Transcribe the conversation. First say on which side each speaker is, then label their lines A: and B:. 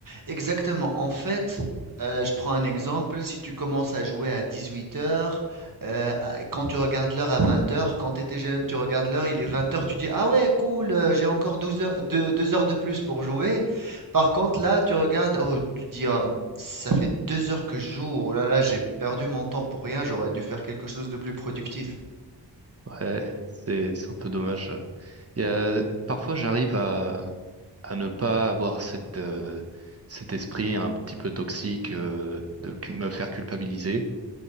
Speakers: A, on the right (about 50°); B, on the right (about 35°).
A: exactement. En fait, euh, je prends un exemple, si tu commences à jouer à dix-huit heures, quand tu regardes l'heure à vingt heures, quand tu étais jeune, tu regardes l'heure, il est vingt heures, tu dis, ah ouais, cool, euh, j'ai encore 12 heures, deux, deux heures de plus pour jouer. Par contre, là, tu regardes, oh, tu dis, Ah, ça fait deux heures que je joue, oh là là, j'ai perdu mon temps pour rien, j'aurais dû faire quelque chose de plus productif.
B: Ouais, c'est c'est un peu dommage. Il y a, parfois, j'arrive à, à ne pas avoir cette, euh, cet esprit un petit peu toxique euh, de cu- me faire culpabiliser.